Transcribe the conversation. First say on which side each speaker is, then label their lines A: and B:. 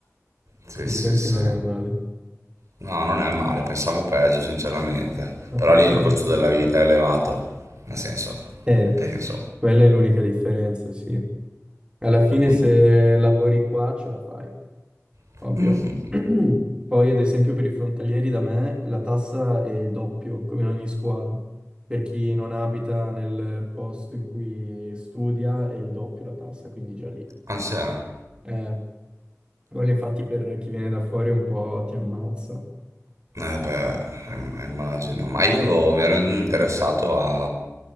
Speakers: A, on the right; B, on the right.
A: sì,
B: Se
A: sì,
B: ci pensi
A: sì.
B: non è male.
A: No, non è male, pensavo peggio, sinceramente.
B: No,
A: Però lì
B: Sì.
A: il
B: cioè,
A: costo della vita è elevato. Nel senso,
B: eh,
A: penso.
B: quella è l'unica differenza, sì. Alla fine
A: Mm.
B: se lavori qua ce la fai,
A: <laughs>
B: ovvio.
A: Mhm.
B: <clears throat> Poi ad esempio per i frontalieri da me la tassa è il doppio, come in ogni scuola. Per chi non abita nel posto in cui studia è il doppio la tassa, quindi già lì.
A: Ah, sì, eh.
B: Eh, quello infatti per chi viene da fuori un po' ti ammazza.
A: Eh beh, im- immagino, ma io mi ero interessato a,